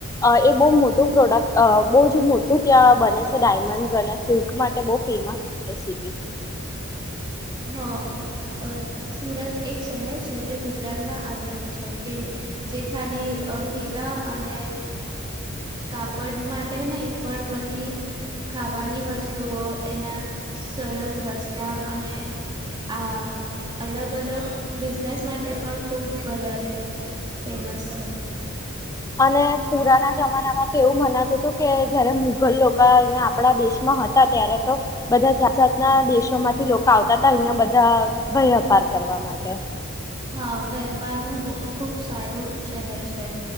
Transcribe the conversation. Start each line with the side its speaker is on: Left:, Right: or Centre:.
Left: અ એ બહુ મોટું પ્રોડક્ટ બ મોટું ત્યાં બને છે ડાયમંડ અને સિલ્ક માટે બહુ. ફેમસિટી.
Right: હ સુરત એક શહેર છે જે ગુજરાતમાં આવેલું છે કે જે ખાલી હીરા અને કાપડ માટે નહી પણ બધી ખાવાની વસ્તુઓ એના સરસ રસ્તા અને આ અલગ અલગ બિઝનેસ માટે પણ ખૂબ વધારે ફેમસ છે.
Left: અને. પુરાના જમાના માં તો એવું મનાતું હતું કે જયારે મુઘલ લોકો. અંયા આપણા દેશમાં હતા ત્યારે તો બધા જાત. ના દેશો માંથી લોકો આવતા હતા અહિયાં બધા ભયપાર. કરવા માટે.
Right: હા વેપારનું બ ખુબ સારું શહેર છે